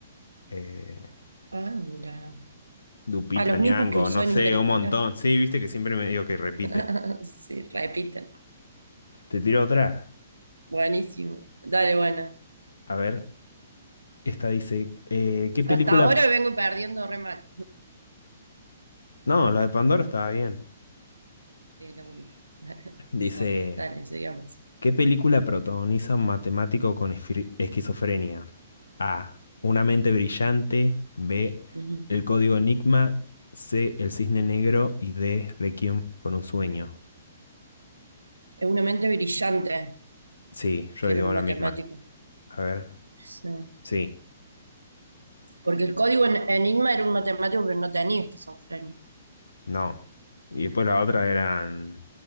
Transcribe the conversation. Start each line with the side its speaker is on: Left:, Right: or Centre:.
Left: eh,
Right: Ah, mira.
Left: Lupita
Right: A los
Left: Nyong'o,
Right: mismos que usó
Left: no
Right: en
Left: sé,
Right: Interestelar.
Left: un montón. Sí, viste que siempre me digo que
Right: <laughs>
Left: repite.
Right: Sí, repiten.
Left: Te tiro otra.
Right: Buenísimo. Dale, buena.
Left: A ver, esta dice, eh, ¿qué película?
Right: Hasta ahora vengo perdiendo re mal.
Left: No, la de Pandora estaba bien.
Right: Sí, la única. <laughs>
Left: Dice,
Right: No importa. Dale, sigamos.
Left: ¿Qué película protagoniza un matemático con esfri- esquizofrenia? A. Una mente brillante. B.
Right: Ujú.
Left: El código Enigma. C. El cisne negro. Y D. Requiem por un sueño.
Right: Es una mente brillante,
Left: Sí, yo
Right: que
Left: digo
Right: era un
Left: la
Right: matemático.
Left: misma. A ver.
Right: Sí.
Left: Sí,
Right: Porque el código en Enigma era un matemático que no tenía esquizofrenia.
Left: no. Y después la otra eran